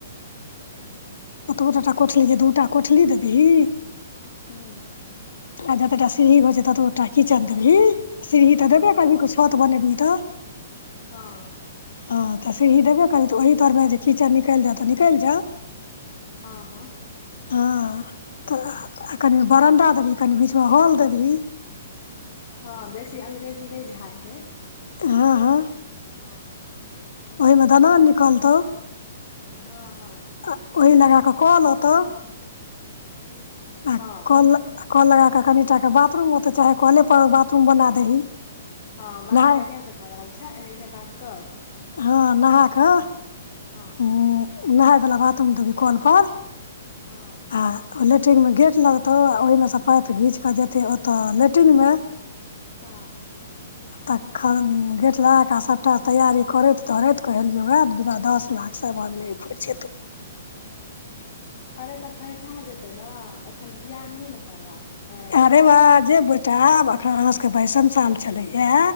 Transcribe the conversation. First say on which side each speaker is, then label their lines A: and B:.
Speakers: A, on the left; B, on the left.
A: <inaudible>
B: ओतबो टटा कोठली जे दूटा कोठली देबही
A: हूं।
B: आ जते टा सीढ़ही होइ छै, ततबो टा किचन देबही सीढ़ही तऽ देबै
A: हँ
B: करभी, छत बनेबही तऽ।
A: हां।
B: हां तऽ सिरही देबे करभी तऽ ओही तर में जे कीचन निकल जाउ तऽ निकइल जाउ।
A: हां-हां।
B: हां तऽ कनि बरंडा देबही, कनि बीच में हॉल देबही।
A: हां बेसी अंग्रेजी नै झाड़िहें।
B: हां-हां।
A: हां।
B: ओय में दनान निकलतौ।
A: हां-हां।
B: ओहि लगा कऽ क लतौ आ
A: हँ
B: कल आ कल लगा कऽ कनिटाके बाथरूम ओता चाहे कले पर बाथरूम बना दही।
A: हां बात
B: नहाय
A: बढ़ियां से कऽ रहल छैं, एनेहिये बात कर।
B: हां नहा कऽ
A: हां।
B: उ नहाय वला बाथरूम देबही कल पर।
A: हां।
B: आ ओ लेट्रिन में गेट लगतौ, ओहि में से पाइप घींच कऽ जेतै ओतऽ लेट्रिन में।
A: हां।
B: तखन गेट लगा कऽ सबटा तैयारी करैत-धरैत कहलियौ यै बिना दस लाख समान नै फैरछेतौ।
A: अरे तऽ फैरछा जेतै न एखन बियाह नै न करबाक छै
B: अरे बा जे बेटा आब अखन अहाँ सबके बाइसम साल चलैया।